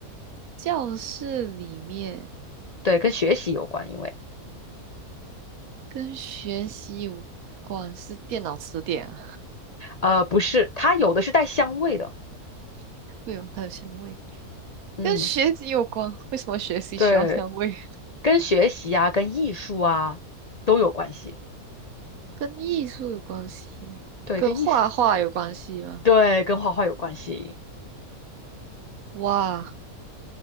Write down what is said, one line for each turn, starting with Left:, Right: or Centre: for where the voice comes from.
Right: 教室里面
Left: 对，跟学习有关，因为
Right: 跟学习有关是电脑词典啊。
Left: 呃不是，它有的是带香味的，
Right: <laughs> 对哦，它有香味，
Left: 嗯，
Right: 跟学习有关。为什么学习需要香味？
Left: 对，跟学习啊、跟艺术啊都有关系，
Right: <laughs> 跟艺术有关系，
Left: 对，
Right: 跟画画有关系吗？
Left: 跟艺术，对，跟画画有关系。
Right: 哇